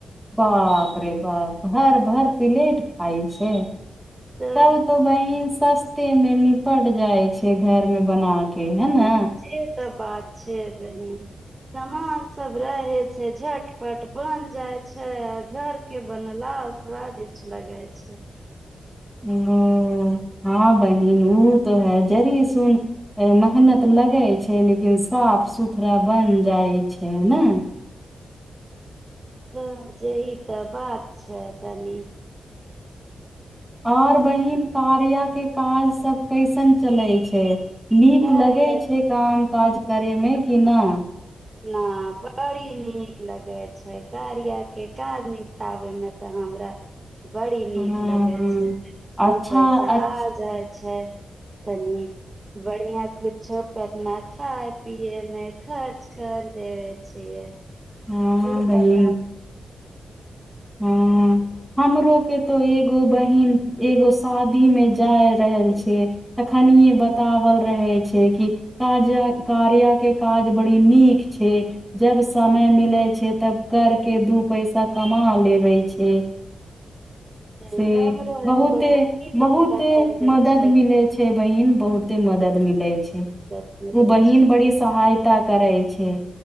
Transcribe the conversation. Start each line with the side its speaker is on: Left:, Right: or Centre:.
Centre: बाप रे बाप। भर भर प्लेट खाइ छै।
Right: तऽ
Centre: तब तो बहिन स सस्ते में निपट जाय छै घर में बना के है ने
Right: अछ से तऽ बात छै बहीन। सामान सब रहै छै झटपट बन जाइ छै आ घर के बनला स्वादिष्ट लगै छै।
Centre: ओ हँ बहिन ओ तो है जड़ सुन मेहनत लगै छै लेकिन साफ सुथरा बइन जाइ छै न।
Right: तऽ जेही तऽ बात छै तनी।
Centre: आओर बहिन कार्या के काजसभ कैसन चलैत छै। नीक
Right: कार्य
Centre: लगै छै
Right: के
Centre: काम काज करे मे। किना।
Right: ना बड़ी नीक लगै छै कारियाके काज निपटाबयमे तऽ हमरा। बड़ी नीक
Centre: हँ
Right: लगे
Centre: हँ
Right: छै दु
Centre: अच्छा
Right: पैसा
Centre: अच
Right: आ जाय। छै। तनी बढ़िया। कुछो पे अपना खााय पियए में खर च कर देबे छियै।
Centre: हँ
Right: <unintelligible>
Centre: बहिन <unintelligible> <unintelligible> <unintelligible> <unintelligible>
Right: जे हमरो एगो बहिने बताबै छै मदद मिलै छै